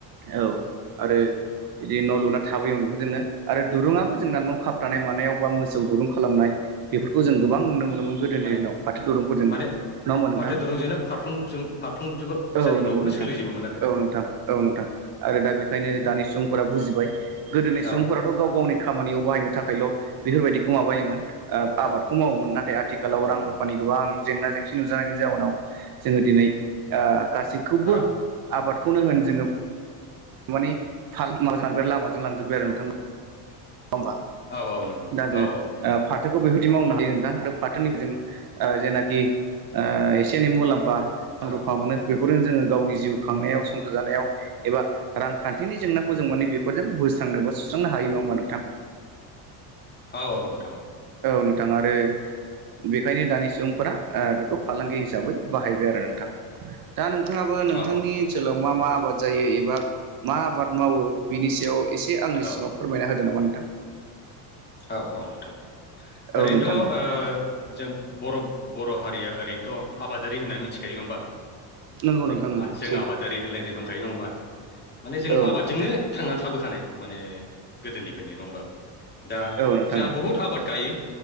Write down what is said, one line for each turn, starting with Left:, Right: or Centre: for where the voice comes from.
Right: औ आरो बिदि न' लुना थाबोयोमोन बिदिनो आरो दुरुङाबो ना न' खाबथानाय मानायाव बा मोसौ दुरुं खालामनाय बेफोरखौ जों गोबां नुनो मोनोमोन ना थाय
Left: माने
Right: गोदोनि दिनाव फाथो दुरुंफोरजोंनो
Left: माने
Right: नङा होमबा नोंथां
Left: फाथो दुरुंजोंनो फारफ्रोमजों फारफ्रोमजोंबो
Right: औ
Left: जायगायावबो
Right: नंगौ नोंथां
Left: सोलिजोबोमोन आरो
Right: औ नोंथां औ नोंथां आरो दा बेखायनो दानि सुबुंफोरा बुजिबाय गोदोनि सुबुंफोराथ'
Left: औ
Right: गाव गावनि खामानि याव बाहायनो थाखायल' बेफोरबायदिखौ माबायोमोन। ओ आबादखौ
Left: औ
Right: मावोमोन नाथाय आथिखालाव
Left: औ
Right: रां
Left: मोन
Right: रुफानि गोबां जेंना जेंसि नुजानायनि जाउनाव जोङो दिनै ओ गासैखौबो
Left: रा
Right: आबादखौनो
Left: उम
Right: होन जोङो थारमानि फाल माजों लां आरो लामाजों लांजोब्बाय
Left: औ
Right: आरो नोंथां नङा होमबा
Left: औ औ नंगौ नोंथां
Right: दा जों
Left: औ औ नोंथां
Right: ओ फाथोखौ बेफोर बिदि मावनो हायो नोंथां दा फाथोनिखौ जों ओ जेनाखि ओ एसे एनै मुलाम्फा रां
Left: औ
Right: रुफा मोनो बेफोरजों जोङो गावनि जिउ खांनायाव संसार जानायाव एबा रांखान्थिनि जेंनाखौ
Left: उम
Right: जों मानि बेफोरजों बोस्रांनोबा सु सुस्रांनो हायो नङा होमा नोंथां?
Left: औ औ नोंथां औ
Right: औ नोंथां आरो बेखायनो दानि सुबुंफोरा ओ बेखौ फालांगि हिसाबै बाहायबाय आरो नोंथां दा नोंथ नोंथाङाबो नोंथांनि
Left: औ
Right: ओनसोलाव मा मा आबाद जायो एबा मा आबाद मावो बिनि सायाव एसे आंनि
Left: औ
Right: सिङाव फोरमायना होदो नामा नोंथां?
Left: औ औ नोंथां
Right: औ
Left: ओरैनोथ'ओ
Right: नोंथां औ
Left: जों बर' बर' हारिया ओरैनोथ' आबादारि होनना मिथिखायो नङा होमबा?
Right: नंगौ
Left: जों
Right: नोंथां नंगौ
Left: जों
Right: सैथो
Left: आबादारि होनलायनाय दङ। बुंखायो नङा होमबा माने जों
Right: औ
Left: आबादजोंनो
Right: नोंथां
Left: थांनानै थाबोखानाय माने गोदोनिफ्रायनो नङा होमबा दा
Right: औ नोंथां
Left: जोंहा
Right: औ
Left: बहुद आबाद गायो।